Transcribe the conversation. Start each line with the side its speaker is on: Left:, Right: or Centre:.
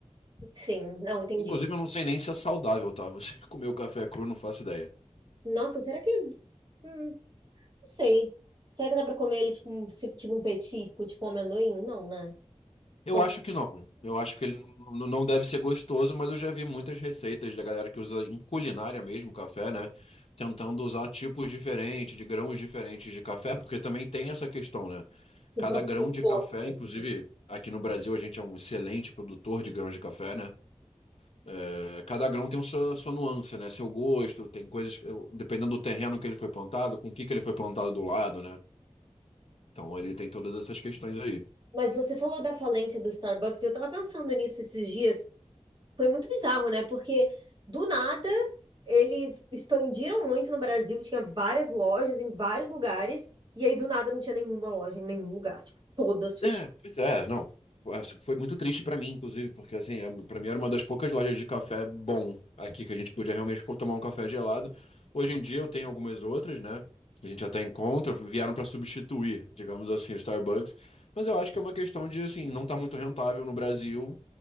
Right: Sim, não, entendi.
Left: Inclusive, eu não sei nem se é saudável, tá? Você <laughs> comer o café cru, não faço ideia.
Right: Nossa, será que. hum, não sei. Será que dá pra comer ele tipo um, se- tipo um petisco, tipo um amendoim? Não, né?
Left: Eu
Right: Falou.
Left: acho que não. Eu acho que ele n- não deve ser gostoso, mas eu já vi muitas receitas da galera que usa em culinária mesmo café, né? Tentando usar tipos diferentes, de grãos diferentes de café, porque também tem essa questão, né?
Right: <laughs>
Left: Cada grão de café, inclusive aqui no Brasil a gente é um excelente produtor de grãos de café, né? É, Cada grão tem sua, sua nuance, né? Seu gosto, tem coisas que, eu- dependendo do terreno que ele foi plantado, com o que que ele foi plantado do lado, né? Então ele tem todas essas questões aí.
Right: Mas você falou da falência do Starbucks, e eu tava pensando nisso esses dias. Foi muito bizarro, né? Porque do nada eles expandiram muito no Brasil, tinha várias lojas em vários lugares, e aí do nada não tinha nenhuma loja em nenhum lugar, tipo, todas fechadas.
Left: É, pois é, não. Foi assim, foi muito triste pra mim, inclusive, porque assim, é- pra mim era uma das poucas lojas de café bom aqui que a gente podia realmente co- tomar um café gelado. Hoje em dia eu tenho algumas outras, né? que A gente até encontra, vieram pra substituir, digamos assim, o Starbucks. Mas eu acho que é uma questão de assim, não tá muito rentável no Brasil.